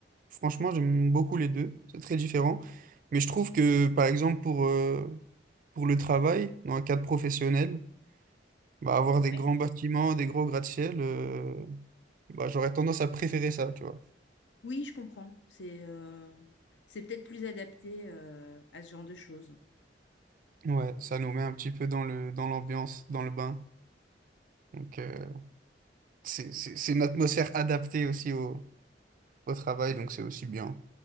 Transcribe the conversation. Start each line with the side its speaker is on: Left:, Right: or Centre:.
Right: franchement, j'aime beaucoup les deux. C'est très différent. Mais je trouve que, par exemple, pour, euh, pour le travail, dans le cadre professionnel, bah, avoir des
Left: Ouais.
Right: grands bâtiments, des gros gratte-ciel, euh, Bah, j'aurais tendance à préférer ça, tu vois.
Left: Oui, je comprends. C'est euh, c'est peut-être plus adapté euh, à ce genre de choses.
Right: Ouais, ça nous met un petit peu dans le, dans l'ambiance, dans le bain. Donc, euh, c'est, c'est, c'est une atmosphère adaptée aussi au, au travail, donc c'est aussi bien.